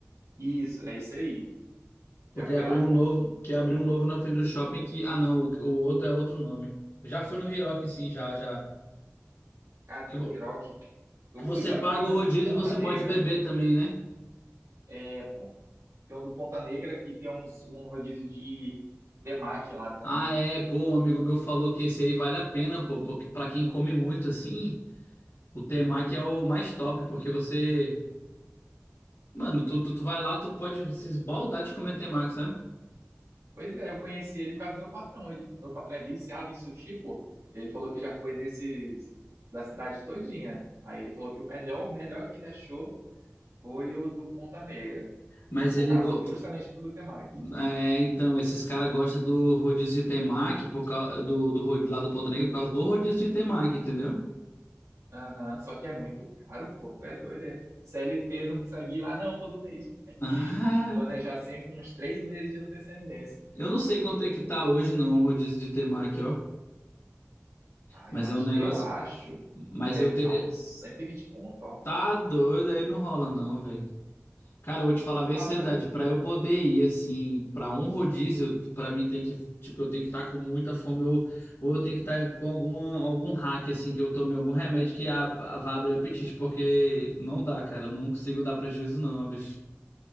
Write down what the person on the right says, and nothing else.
Isso, é isso aí.
Já foi
lá?
Cara,
tem
um Hiroki. Eu
fui,
sabe
qual?
No
Ponta
Negra.
É, pô. Tem um do Ponta Negra que tem uns, um rodízio de temaki lá também.
Pois é, eu conheci ele por causa do meu patrão. Ele, meu patrão é viciado em sushi, pô. Ele falou que já foi nesses da cidade todinha. Aí ele falou que o melhor, o melhor que ele achou foi o do Ponta Negra,
que por
causa
do, justamente por do Temac.
Aham, só que é muito caro, pô, tu é doido, é. CLT não consegue ir lá não todo mês, pô, tem que
planejar assim com uns três meses de antecedência.
Ah,
eu acho,
eu acho
que deve
estar uns 120 conto, ó.
Tô
falando,